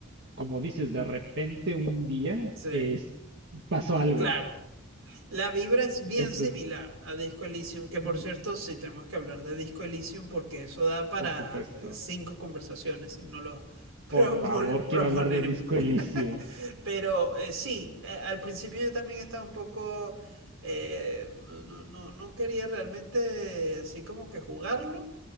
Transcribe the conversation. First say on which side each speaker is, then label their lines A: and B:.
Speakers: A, on the right; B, on the right.
A: como dices, de repente un día
B: Sí,
A: es, pasó algo.
B: claro. La vibra es
A: <laughs>
B: bien similar a Disco Elysium, que por
A: Mm,
B: cierto, sí tenemos que hablar de Disco Elysium porque eso da para
A: Por supuesto.
B: eh, cinco conversaciones si no lo promo-
A: Por favor,
B: <laughs> proponemos.
A: quiero hablar de Disco
B: <laughs>
A: Elysium.
B: Pero eh, sí, eh, al principio yo también estaba un poco... eh, no, no, no no quería realmente así como que jugarlo.